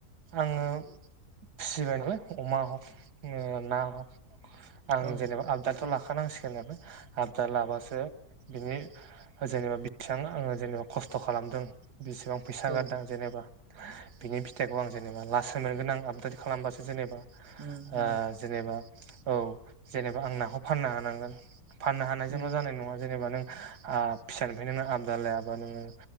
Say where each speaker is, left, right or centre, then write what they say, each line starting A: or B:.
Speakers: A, on the right; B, on the right.
A: आङो फिसिबाया नाय अमा हक ना हक आं
B: औ
A: जेनेबा आबदाथ' लाखानांसिगोन आरोा आबदा लाबासो बिनि जेनेबा बेसेबां आङो जेनेबा खसथ खालामदों बेसेबां फैसा
B: औ
A: गारदों जेनेबा बिनि फिथाइखौ आं जेनेबा लासै मोनगोन आं आपडेट खालामबासो जेनेबा
B: उम नंगौ
A: ओ जेनेबा औ जेनेबा आं नाखौ फाननो हानांगोन फाननो हानायजोंल
B: उम
A: जानाय नङा जेनेबा नों आ फिसानिफ्राय नोंङो आबदाल लायाबा नोङो